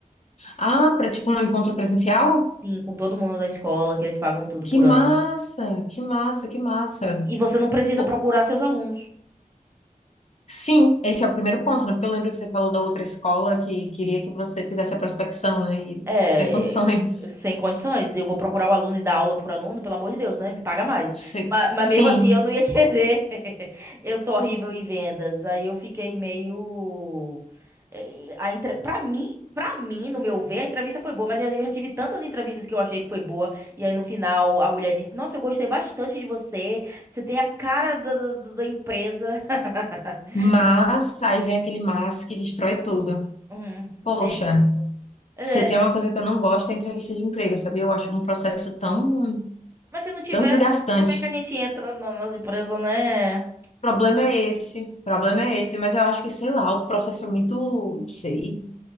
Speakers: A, on the left; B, on the right.
A: Ah, para tipo um encontro presencial?
B: Sim, com todo mundo da escola, que eles pagam tudo por
A: Que massa,
B: ano.
A: que massa, que massa.
B: E você não precisa
A: Pô,
B: procurar seus alunos.
A: sim, esse é o primeiro ponto, né? Porque eu lembro que você falou da outra escola que queria que você fizesse a prospecção, né? E
B: É,
A: sem condições.
B: sem condições. Eu vou procurar o aluno e dar aula por aluno, pelo amor de Deus, né? Me paga mais.
A: Se-
B: Mas, mas
A: Sim,
B: mesmo assim, eu não ia <laughs> querer. Eu sou horrível em vendas. Aí eu fiquei meio. eh, A entre... Pra mim, pra mim, no meu ver, a entrevista foi boa, mas eu já eu já tive tantas entrevistas que eu achei que foi boa. E aí no final a mulher disse: Nossa, eu gostei bastante de você. Você tem a cara da, da da- da empresa. <laughs>
A: mas aí vem aquele mas que destrói tudo.
B: Hum,
A: Poxa,
B: bem isso. É,
A: você tem uma coisa que eu não gosto é entrevista de emprego, sabe? Eu acho um processo tão,
B: mas se não tiver,
A: tão desgastante.
B: como é que a gente entra na- nas empresas, né?
A: O problema é esse, o problema é esse, mas eu acho que, sei lá, o processo é muito, não sei.